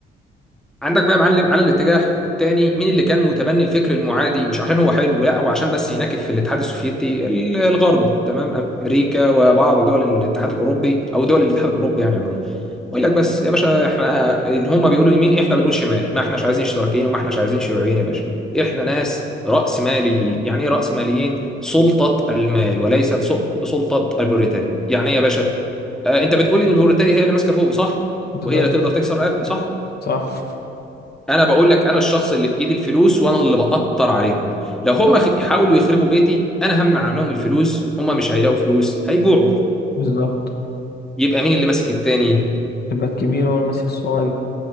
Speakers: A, in the centre; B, on the left (about 55°).
A: عندك بقى يا معلم على الاتجاه الثاني مين اللي كان متبني الفكر المعادي مش عشان هو حلو لا هو عشان بس يناكف في الاتحاد السوفيتي ال- الغرب تمام امريكا وبعض دول الاتحاد الاوروبي او دول الاتحاد الاوروبي يعني عموما يقول لك بس يا باشا احنا ان هم بيقولوا يمين احنا بنقول شمال ما احناش عايزين اشتراكيين وما احناش عايزين شيوعيين يا باشا احنا ناس راس ماليين يعني ايه راس ماليين سلطه المال وليست سل- سلطه البروليتاري يعني ايه يا باشا آه، انت بتقول ان البروتاري هي اللي ماسكه فوقي صح
B: بالظبط
A: وهي اللي تقدر تكسر رقبتي صح
B: صح
A: انا بقول لك انا الشخص اللي في ايدي الفلوس وانا اللي بقطر عليهم لو هم خ- يحاولوا يخربوا بيتي انا همنع عنهم الفلوس هم مش هيلاقوا فلوس هيجوعوا
B: بالظبط
A: يبقى مين اللي ماسك التاني
B: يبقى الكبير هو اللي ماسك الصغير